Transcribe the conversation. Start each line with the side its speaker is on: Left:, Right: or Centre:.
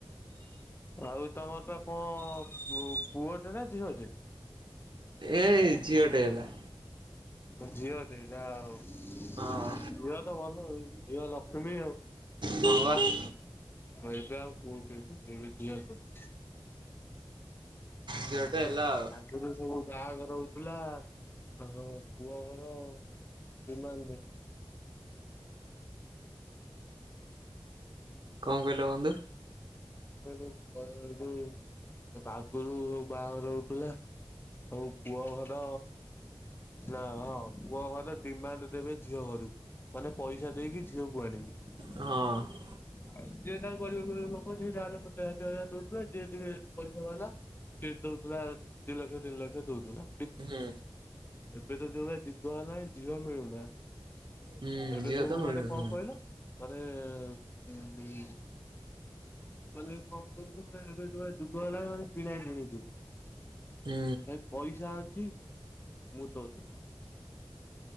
Left: ଆଉ ତମର ପା କଣ ପୁଅଟେ ନା ଝିଅ ଟେ?
Right: ଏଇ ଝିଅଟେ ହେଲା।
Left: ଝିଅଟେ ଯା ହଉ ଝିଅ
Right: ହଁ
Left: ତ ଭଲ ଝିଅ ଲକ୍ଷ୍ମୀ ଆଉ।
Right: ହବା।
Left: ଭାଇବେ ଆଉ ପୁଅ କଣ କେବେ ଯି <unintelligible>
Right: ଝିଅ ଟେ ହେଲା ଆଉ।
Left: ଆଗ ରୁ ସବୁ ବାହାଘର ହଉଥିଲା ତାଙ୍କ ପୁଅ ଘର ଦିମାଣ୍ଡିଂ।
Right: କଣ କହିଲ ବନ୍ଧୁ?
Left: ଯୋଉ ବାହା ଘର ଆଗରୁ ଯୋଉ ବାହାଘର ରହୁଥିଲା ହଉ ପୁଅ ଘର ନା ହଁ ପୁଅ ଘର ଡିମାଣ୍ଡ ଦେବେ ଝିଅ ଘରକୁ। ମାନେ ପଇସା ଦେଇକି ଝିଅକୁ ଆଣିବେ।
Right: ହଁ।
Left: ଆଉ ଯିଏ ତା ଲୋକ ଯିଏ ଯାହାହେଲେ ପଚାଷ ଷାଠିଏ ହଜାର ଦେଉଥିଲା ଯିଏ ଟ ପରଲା ସିଏ ଦଉଥିଲା ଦି ଲକ୍ଷ ତିନି ଲକ୍ଷ ଦଉଥିଲା।
Right: ହୁଁ
Left: ଏବେ ତ ଯେଉଁ ଭଳିଆ ଯୁଗ ହେଲାଣି ଝିଅ ମିଳୁନାହନ୍ତି।
Right: ହୁଁ
Left: ଏବେ
Right: ଝିଅ
Left: ସବୁ
Right: ତ ମିଳୁନି
Left: ମାନେ କଣ କହିଲ ମାନେ ଉ ମାନେ କଣ କହିଲୁ ଏବେ ଯୁ ଯୁଗ ହେଲା ମାନେ କିଣା କିଣି ଯୁ
Right: ହୁଁ।
Left: ଭ ପଇସା ଅଛି ମୁଁ ଦଉଥିଲି